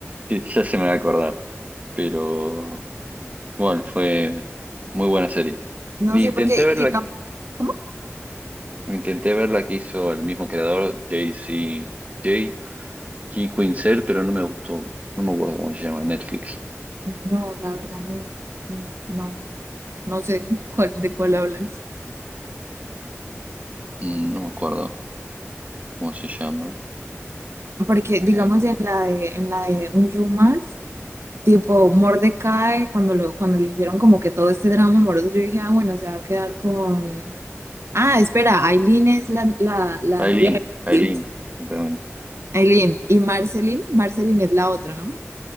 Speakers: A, on the right; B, on the right.
A: sí, ya se me va a acordar. Pero bueno, fue muy buena serie.
B: No
A: Y
B: sé,
A: Intenté
B: porque,
A: ver
B: digamos,
A: la,
B: ¿cómo?
A: intenté ver la que hizo el mismo creador, J.C. J. K. Quinzel, pero no me gustó. No me acuerdo cómo se llama, Netflix.
B: No, la verdad, no, no, no no sé <laughs> cuál, de cuál hablas.
A: Mm, No me acuerdo. ¿cómo se llama?
B: Porque, digamos,
A: Eh,
B: en la de, en la de Un Show Más, tipo Mordecai, cuando lo, cuando le hicieron como que todo este drama amoroso, yo dije, ah, bueno, se va a quedar con Ah, espera, Aileen es la, la, la
A: Aileen,
B: novia de
A: Aileen,
B: sí.
A: exactamente.
B: Aileen y Marceline, Marceline es la otra, ¿no?